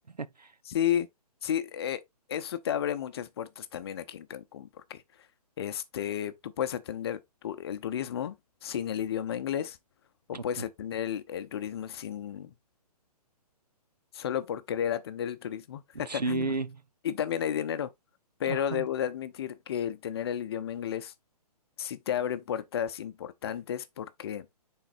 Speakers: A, on the right (about 85°); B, on the left (about 40°).
A: <laughs>
B: Sí, sí, eh, eso te abre muchas puertas también aquí en Cancún, porque este, tú puedes atender tu- el turismo sin el idioma inglés o
A: Ok.
B: puedes atender el el turismo sin solo por querer atender el turismo. <laughs>
A: Sí,
B: Y también hay dinero, pero
A: ajá,
B: debo de admitir que el tener el idioma inglés sí te abre puertas importantes porque,